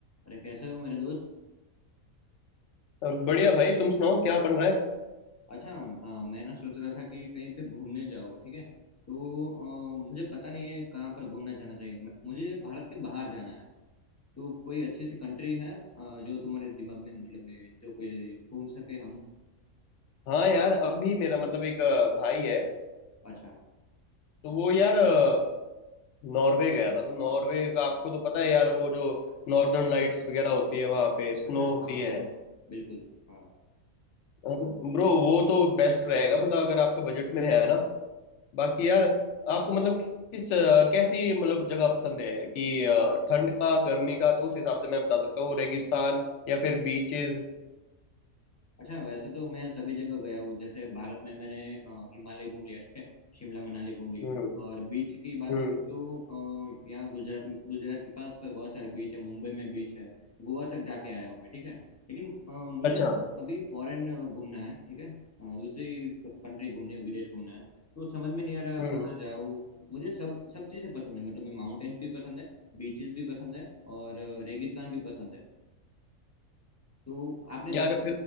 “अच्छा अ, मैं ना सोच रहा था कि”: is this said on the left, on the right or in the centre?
Left